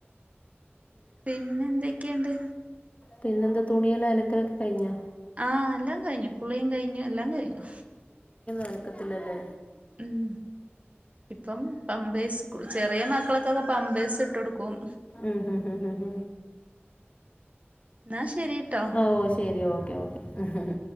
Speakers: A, on the right; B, on the left.
A: പിന്നെ എന്തൊക്കെയുണ്ട്
B: പിന്നെ എന്താ തുണിയെല്ലാം അ ലക്കലൊക്കെ കഴിഞ്ഞോ
A: ആ എല്ലാം കഴിഞ്ഞു കുളീം കഴിഞ്ഞു എല്ലാം കഴിഞ്ഞു
B: അലക്കത്തിലല്ലേ
A: ഉം ഇപ്പം പമ്പഴ്സ് ചെറിയ മക്കളൊക്കെക്കെ പമ്പേഴ്സ് ഇട്ട് കൊടുക്കും
B: ഉ ഹ ഹ ഹ് ഹ
A: എന്നാ ശരിട്ടോ
B: ഓ ശെരി ഓക്കെ ഓക്കെ ഹ ഹു